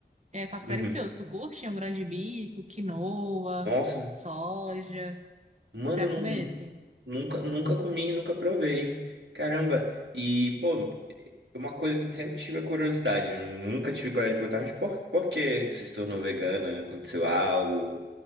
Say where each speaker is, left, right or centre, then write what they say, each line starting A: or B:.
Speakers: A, on the right (about 40°); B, on the right (about 90°).
A: É, faço delicioso.
B: Uhum.
A: Tu curte um grão de bico, quinoa,
B: Nossa,
A: soja,
B: mano,
A: pra
B: nu-
A: comer esse?
B: nunca, nunca comi, nunca provei. Caramba, e, pô, uma coisa que eu sempre tive a curiosidade, eu nunca tive coragem de perguntar, mas por, por que você se tornou vegana? Aconteceu algo?